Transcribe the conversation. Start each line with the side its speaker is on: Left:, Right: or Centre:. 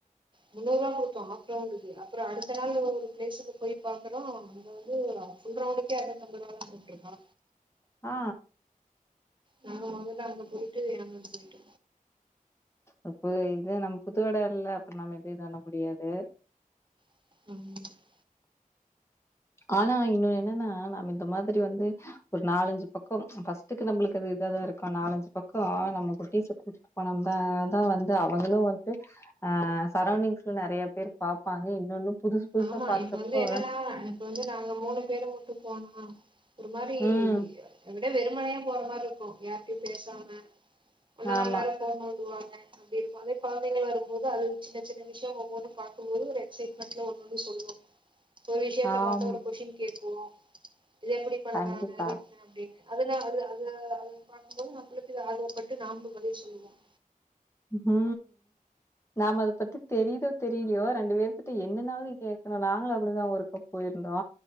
Right: முன்னூறு ரூபா குடுத்தோம் ஆஃப் ரவுண்டுக்கு அப்றம் அடுத்த நாள் ஒரு பிளேஸுக்கு போய் பாக்குறோம் அங்க வந்து உங்க ரோடுக்கே இரநூத்தம்பதுரூபா தா கூப்ட்ருக்கா
Left: ஆ
Right: நாங்க வந்து அங்க போயிட்டு <unintelligible> போயிட்டோம்
Left: அப்ப இது நம்ம புது எட இல்ல அப்றொ நாம இதே தாண்ட முடியாது
Right: ம்
Left: ஆனா இன்னொன்னு என்னன்னா நாம இந்த மாதிரி வந்து ஒரு நாலஞ்சு பக்கம் பஸ்ட் துக்கு நம்மளுக்கு அது இதா தா இருக்கு நாலஞ்சு பக்கொ நம்ம <unintelligible> பணம் தா அதா வந்து அவங்களு வந்து ஆ சரௌண்டிங்ஸ்ல நெறைய பேர் பாப்பாங்க இன்னொன்னு புதுசு புதுசா
Right: ஆமா
Left: பாக்குறப்ப
Right: இப்ப வந்து என்னன்னா இப்ப வந்து நாங்க மூணு பேரும் வுட்டு போனோ ஒரு மாரி
Left: ம்.
Right: அப்டியே வெறுமனையா போற மாரி இருக்கும் யாரிட்டயும் பேசாம ஒண்ணா
Left: ஆமா.
Right: எல்லாரும் போ போன்னு சொல்வாங்க அப்டி இருக்கு அதே கொழந்தைகள்னு வரும்போது அது சின்ன சின்ன விஷ்யொ ஒவ்வொன்னு பாக்கும்போது ஒரு எக்சைட்மெண்ட்ல ஒன்னொன் போய் சொல்லும் ஒரு விஷயத்த
Left: ஆமா.
Right: பாத்து ஒரு கொஷின் கேக்கும் இது எப்டி பண்றாங்க
Left: கண்டிப்பா.
Right: இது என்ன அப்டின் அதெல்லாம் அது அத பாக்கும்போது நம்மளுக்குது ஆர்வப்பட்டு நாம பதில் சொல்வோம்
Left: பூ நாம அத பத்தி தெரியுதோ தெரியலையோ ரெண்டு பேத்த என்னன்னாவது கேக்ணு நாங்களு அப்டிதா ஒரு பக் போயிருந்தோ